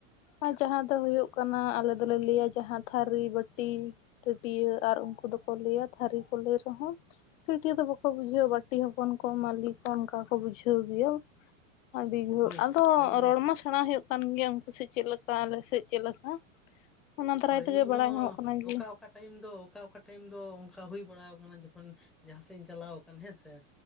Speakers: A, on the left; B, in the centre.
A: ᱟᱨ ᱡᱟᱦᱟᱸ ᱫᱚ ᱦᱩᱭᱩᱜ ᱠᱟᱱᱟ ᱟᱞᱮ ᱫᱚᱞᱮ ᱞᱟᱹᱭᱟ ᱡᱟᱦᱟᱸ ᱛᱷᱟᱹᱨᱤ ᱵᱟᱹᱴᱤ ᱴᱟᱹᱴᱭᱟᱹ ᱟᱨ ᱩᱱᱠᱩ ᱫᱚᱠᱚ ᱞᱟᱹᱭᱟ ᱛᱷᱟᱹᱨᱤ ᱠᱚ ᱞᱟᱹᱭ ᱨᱮᱦᱚᱸ ᱟᱹᱴᱤᱭᱟᱹ ᱫᱚ ᱵᱟᱠᱚ ᱵᱩᱡᱷᱟᱹᱣᱟ ᱵᱟᱹᱴᱤ ᱦᱚᱯᱚᱱ ᱠᱚ ᱢᱟᱹᱞᱤᱠ ᱠᱚ ᱚᱱᱠᱟ ᱠᱚ ᱵᱩᱡᱷᱟᱹᱣ ᱜᱮᱭᱟ ᱟᱹᱰᱤ ᱡᱷᱚᱨ
B: ᱦᱳᱭ
A: ᱟᱫᱚ
B: ᱡᱮᱢᱚᱱ
A: ᱨᱚᱲᱢᱟ ᱥᱮᱬᱟ ᱦᱩᱭᱩᱜ ᱠᱟᱱ ᱜᱮᱭᱟ ᱩᱱᱠᱩ ᱥᱮ ᱪᱮᱫ ᱞᱮᱠᱟ ᱟᱞᱮ ᱥᱮᱫ ᱪᱮᱫ ᱞᱮᱠᱟ ᱚᱱᱟ ᱫᱟᱨᱟᱭ
B: ᱦᱳᱭ
A: ᱛᱮᱜᱮ
B: ᱤᱧᱦᱚᱸ
A: ᱵᱟᱲᱟᱭ ᱧᱟᱢᱚᱜ ᱠᱟᱱᱟ
B: ᱚᱠᱟ
A: ᱡᱮ
B: ᱚᱠᱟ ᱴᱟᱭᱤᱢ ᱫᱚ ᱚᱠᱟ ᱚᱠᱟ ᱴᱟᱭᱤᱢ ᱫᱚ ᱚᱱᱠᱟ ᱦᱩᱭ ᱵᱟᱲᱟ ᱟᱠᱟᱱᱟ ᱡᱚᱠᱷᱚᱱ ᱡᱟᱦᱟᱸ ᱥᱮᱡ ᱤᱧ ᱪᱟᱞᱟᱣ ᱟᱠ ᱦᱮᱸᱥᱮ